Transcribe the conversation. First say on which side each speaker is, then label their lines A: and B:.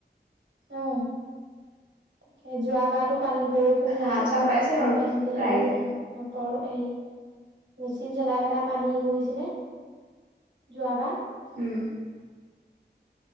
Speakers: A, on the right; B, on the right.
A: অ তাকে যোৱা- কিবাতো পানী বৰষুণ নাই
B: হাল চাল বাইছে
A: মানুহে
B: বাৰু
A: এনেকে হেৰি
B: ৰাইজে
A: মটৰ সেই মেচিন জ্বলাই পেলাই পানী হে কৰিছিলে যোৱা বা
B: উম